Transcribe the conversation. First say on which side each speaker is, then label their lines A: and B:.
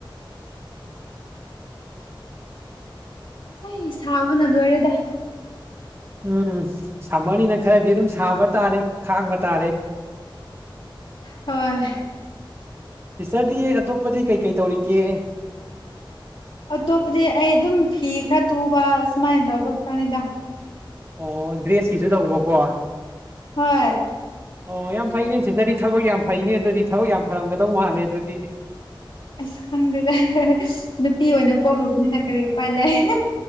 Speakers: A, on the left; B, on the right.
A: ꯑꯩ ꯁꯥꯕꯅ ꯂꯣꯏꯔꯦꯗ
B: ꯎꯝ ꯁꯝꯃꯅꯤꯅ ꯈꯔꯗꯤ ꯑꯗꯨꯝ ꯁꯥꯕ ꯇꯥꯔꯦ ꯈꯥꯡꯕ ꯇꯥꯔꯦ
A: ꯍꯣꯏ
B: ꯇꯤꯆꯔꯗꯤ ꯑꯇꯣꯞꯄꯗꯤ ꯀꯩꯀꯩ ꯇꯧꯔꯤꯒꯦ
A: ꯑꯇꯣꯞꯄꯗꯤ ꯑꯩ ꯑꯗꯨꯝ ꯐꯤ ꯈꯔ ꯇꯨꯕ ꯁꯨꯃꯥꯏꯅ ꯇꯧꯕ ꯈꯛꯇꯅꯤꯗ
B: ꯑꯣ ꯗ꯭ꯔꯦꯁꯀꯤꯁꯨ ꯇꯧꯕꯀꯣ
A: ꯍꯣꯏ
B: ꯑꯣ ꯌꯥꯝ ꯐꯩꯅꯦ ꯆꯤꯊꯗꯤ ꯊꯕꯛ ꯌꯥꯝ ꯐꯩꯅꯦ ꯑꯗꯨꯗꯤ ꯊꯕꯛ ꯌꯥꯝ ꯐꯔꯝꯒꯗꯧ ꯃꯥꯜꯂꯦ ꯑꯗꯨꯗꯤ
A: ꯑꯁ ꯈꯪꯗꯦꯗ ꯅꯨꯄꯤ ꯑꯣꯏꯅ ꯀꯧꯔꯨꯕꯅꯤꯅ ꯀꯔꯤ ꯎꯄꯥꯏ ꯂꯩ